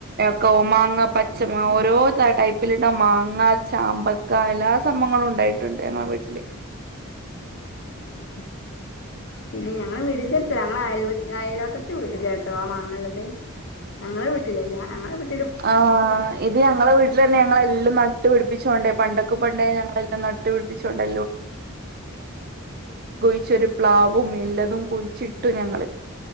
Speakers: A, on the right; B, on the left.
A: കോ മാങ്ങ പച്ച മാങ്ങ ഓരോ ടൈ ടൈപ്പില്ള്ള മാങ്ങ ചാമ്പ ക്ക എല്ലാ സംഭങ്ങളും ഉണ്ടായിട്ടുണ്ട് ഞങ്ങള വീട്ട്ല്
B: ഉം പിന്നെ ഞങ്ങളെ വീടിന്റെ അട്ത്തല്ല ഞങ്ങ അയൽ അയൽ വക്കത്തെ വീട്ടിലാട്ടോ ആ മാങ്ങള്ളത് ഞങ്ങള വീട്ടിലല്ല ഞങ്ങളവി --
A: ആഹ് ഇത് ഞങ്ങള വീട്ട്ലന്നെ ഞങ്ങളെല്ലാം നട്ടുപിടിപ്പിച്ചോണ്ടേ പണ്ടക്ക് പണ്ടേ ഞങ്ങളെല്ലാം ന നട്ടുപിടിപ്പിച്ചോണ്ട് ച്ചൊരു പ്ലാവും എല്ലതും കുയിച്ചിട്ടു ഞങ്ങള്